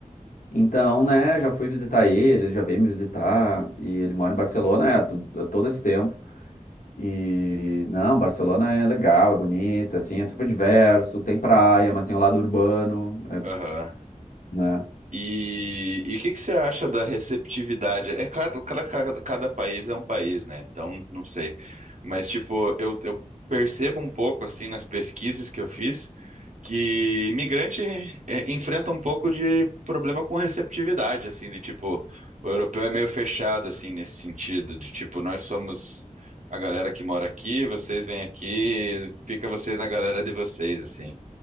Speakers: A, on the left; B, on the right.
A: então, né, já fui visitar ele, ele já veio me visitar, e ele mora em Barcelona, é, há tu- há todo esse tempo. E não, Barcelona é legal, é bonito, assim, é super diverso, tem praia, mas tem o lado urbano, é,
B: Aham.
A: né?
B: E, e o que que você acha da receptividade? É claro, claro que cada, cada país é um país, né? Então, não sei. Mas, tipo, eu, eu percebo um pouco, assim, nas pesquisas que eu fiz, que imigrante é, enfrenta um pouco de problema com receptividade, assim, de tipo, o europeu é meio fechado, assim, nesse sentido, de tipo, nós somos a galera que mora aqui, vocês vêm aqui, fica vocês na galera de vocês, assim.